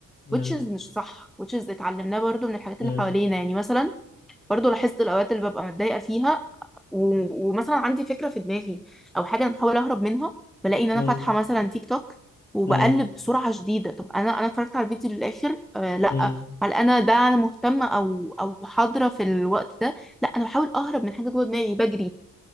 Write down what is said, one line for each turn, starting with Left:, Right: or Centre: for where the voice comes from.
Left: مم،
Centre: which is مش صح which is اتعلمناه برضو من الحاجات
Left: مم،
Centre: اللي حوالينا يعني مثلا برضو لاحظت الأوقات اللي ببقى متضايقة فيها و... ومثلا عندي فكرة في دماغي أو حاجة أنا بحاول أهرب منها بلاقي إن أنا
Left: مم،
Centre: فاتحة مثلا تيك توك وبقلب
Left: مم،
Centre: بسرعة شديدة طب أنا أنا اتفرجت على الفيديو للآخر آه لأ
Left: مم،
Centre: هل أنا ده أنا مهتمة أو أو حاضرة في الوقت ده لأ أنا بحاول أهرب من حاجة جوه دماغي بجري